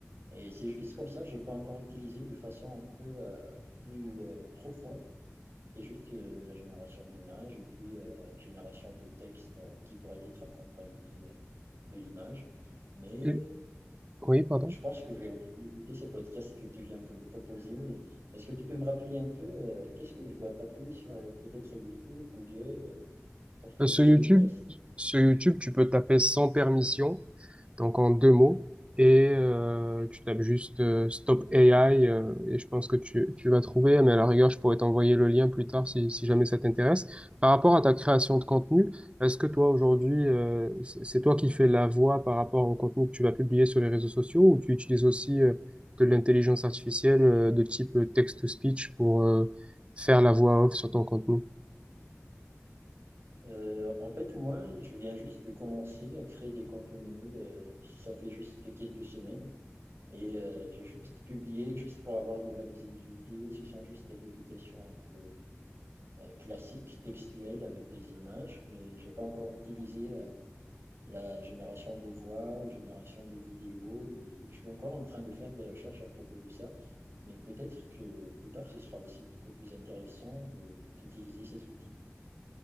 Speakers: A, on the right; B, on the right.
A: Et c'est juste comme ça, j'ai pas encore utilisé de façon un peu euh, plus euh, profonde. C'est juste euh, la génération d'images et puis euh, génération de textes euh, qui pourraient être accompagnés euh, de l'image. Mais
B: Et- Oui, pardon.
A: je pense que je vais aussi écouter ces podcasts que tu viens de me proposer, mais est-ce que tu peux me rappeler un peu euh, qu'est-ce que je dois taper sur euh, peut-être YouTube, Google, euh, pour trouver
B: Euh, Sur
A: ces
B: YouTube,
A: podcasts?
B: sur YouTube, tu peux taper sans permission, donc en deux mots, et euh, tu tapes juste euh, Stop AI, euh, et je pense que tu, tu vas trouver, mais à la rigueur, je pourrais t'envoyer le lien plus tard si, si jamais ça t'intéresse. Par rapport à ta création de contenu, est-ce que toi aujourd'hui, euh, c'est c'est toi qui fais la voix par rapport au contenu que tu vas publier sur les réseaux sociaux, ou tu utilises aussi euh, de l'intelligence artificielle euh, de type euh, text-to-speech pour euh, faire la voix off sur ton contenu?
A: Euh, en fait, moi, je viens juste de commencer à créer des contenus. euh, ça fait juste quelques semaines. Et euh, j'ai juste publié, juste pour avoir de la visibilité. Ce sont juste des publications un peu euh, classiques, textuelles, avec des images, mais j'ai pas encore utilisé euh, la génération de voix ou génération de vidéos, mais je suis encore en train de faire des recherches à propos de ça. Mais peut-être que plus tard, ce sera aussi beaucoup plus intéressant de- d'utiliser ces outils.